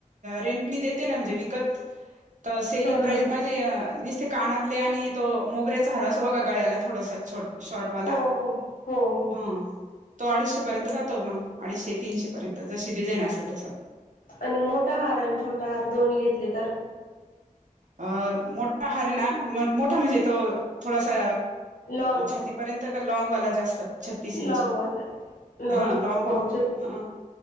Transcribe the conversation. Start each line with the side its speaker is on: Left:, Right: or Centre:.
Right: रेंट ने देते ना म्हणजे विकत तर सेलिंग
Left: हा
Right: प्राइस
Left: हा
Right: माझी. ते अ नुसते कानातले आणि. तो मोगऱ्याचा हार अस बघ गळ्याला थोडसा छोटा शॉर्टवाला
Left: हो हो हो हो
Right: हा. तो अडीचशे पर्यंत जातो मग अडीचशे तीनशे पर्यंत जशी डिझाईन असली तस.
Left: आणि मोठा हार आणि छोटा हार दोन्ही घेतले तर.
Right: अ मोठा हार ना मोठा म्हणजे तो थोडासा
Left: लॉंग
Right: छातीत. पर्यंत का लँगवाला जास्त. छत्तीस
Left: लॉंगवाला
Right: इंची
Left: लॉंग
Right: हा लॉग
Left: हो
Right: व
Left: छत्ती
Right: हा.